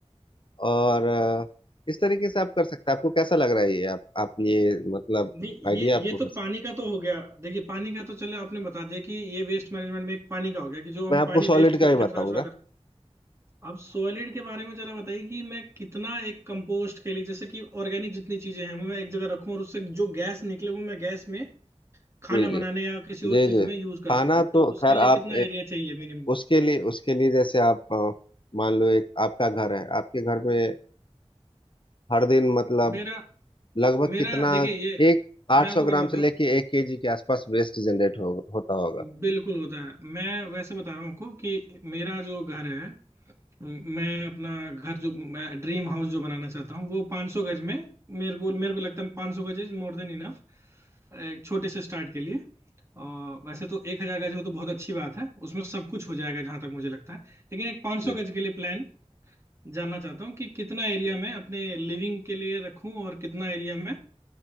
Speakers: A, on the left; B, on the right.
A: और अ, इस तरीके से आप कर सकते हैं आपको कैसा लग रहा है ये आप आप ये मतलब
B: नहीं
A: आइडिया
B: ये
A: आपको
B: ये तो
A: कैसा
B: पानी का तो हो गया देखिए पानी का तो चलो आपने बता दिया कि ये वेस्ट मैनेजमेंट में एक पानी का हो गया कि जो हम
A: मैं आपको
B: पानी
A: सॉलिड
B: वेस्ट करके
A: का ही बताऊंगा
B: कचरा उचरा अब सॉलिड के बारे में जरा बताइए कि मैं कितना एक कंपोस्ट के लिए जैसे कि ऑर्गेनिक जितनी चीजें हैं वो मैं एक जगह रखूं और उससे जो गैस निकले वो मैं गैस में खाना
A: जी
B: बनाने
A: जी
B: या किसी और
A: जी जी
B: चीज में यूज कर
A: खाना
B: सकूं तो
A: तो
B: उसके
A: खैर
B: लिए
A: आप
B: कितना एरिया चाहिए मिनिमम
A: उसके लिए उसके लिए जैसे आप अ, मान लो एक आपका घर है आपके घर में हर दिन मतलब
B: मेरा
A: लगभग
B: मेरा
A: कितना
B: देखिए ये
A: एक 800
B: मैं आपको
A: ग्राम
B: बताता
A: से लेके एक केजी के आसपास वेस्ट जनरेट हो, होता होगा
B: हूँ बिल्कुल होता है मैं वैसे बता रहा हूँ आपको कि मेरा जो घर है मैं अपना घर जो मैं ड्रीम हाउस जो बनाना चाहता हूँ वो 500 गज में मेरे को मेरे को लगता है 500 गज इज मोर देन इनफ एक छोटे से स्टार्ट के लिए और वैसे तो एक हजार गज हो तो बहुत अच्छी बात है उसमें सब कुछ हो जाएगा जहां तक मुझे लगता है लेकिन एक 500
A: जी
B: गज के लिए प्लान जानना चाहता हूँ कि कितना एरिया
A: जी।
B: मैं अपने लिविंग के लिए रखूँ और कितना एरिया मैं